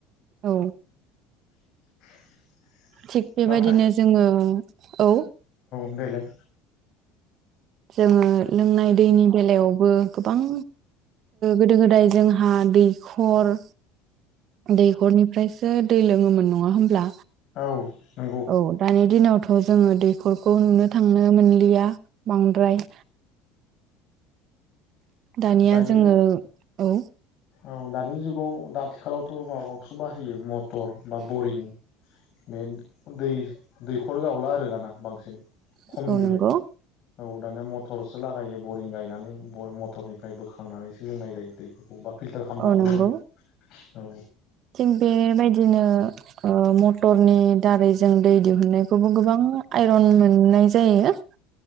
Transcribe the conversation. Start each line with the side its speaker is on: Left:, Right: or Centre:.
Right: औ
Left: <inaudible>
Right: थिग बेबायदिनो
Left: नाथाय
Right: जोङो औ
Left: बेलाय
Right: जोङो लोंनाय दैनि बेलायावबो गोबां गोदो गोदाय जों हा दैखर दैखरनिफ्रायसो दै लोङोमोन नङा होनोमब्ला
Left: औ नंगौ
Right: औ दानि दिनाव - अ जोङो फोरखौ नुनो थांनो मोन इया बांद्राय दानिया
Left: दायो
Right: जोङो औ
Left: औ दानि जुगाव दा आथिखालावथ' माखौसो बाहायो मटर बा बरिं बे दै दैखर जावला आरो दाना बांसिन। खम
Right: औ
Left: बिबाय
Right: नंगौ
Left: औ दानिया म थरसो लागायो बरिं गायनानै। मथरनिफ्राय बोखांनानै सोलोंनाय जायो दैफोरखौ बा फिल्टार खालामनाबो
Right: औ नांगौ
Left: लोङो औ
Right: थिग बेबायदिनो <inaudible> मथरनि दारै जों दै दिहुननायखौबो गोबां आइरन मोननाय जायो